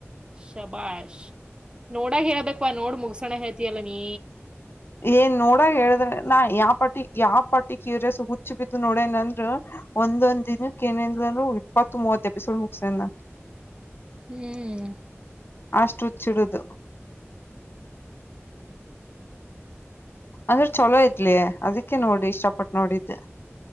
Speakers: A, on the right (about 20°); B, on the left (about 50°).
A: ಶಬಾಷ್ ನೋಡಾಗ ಹೇಳ್ಬೇಕ ನೋಡ್ ಮುಗಸೋಣ ಹೇಳ್ತಯಲ್ಲ ನೀ
B: ಏನ್ ನೋಡ ಹೇಳಿದ್ರೆ ನಾ ಯಾವ ಪಾಟಿ ಯಾವ ಪಾಟಿ ಕ್ಯೂರಿಯಸ್ ಹುಚ್ಚು ಬಿದ್ದು ನೋಡ ಏನಂದ್ರರು ಒಂದೊಂದ ದಿನಕ್ಕಕ್ ಏನಂದಂದರು ಇಪ್ಪತ್ತು ಮೂವತ್ ಎಪಿಸೋಡ್ ಮುಗಸನ <inaudible>
A: ಹ್ಮ್
B: ಅಷ್ಟು ಹುಚ್ಚುಡಿತು ಅಂದ್ರೆ ಚಲೋ ತ್ಲಿ ಅದಕ್ಕೆ ನೋಡಿ ಇಷ್ಟಪಟ್ಟು ನೋಡಿದ್ದು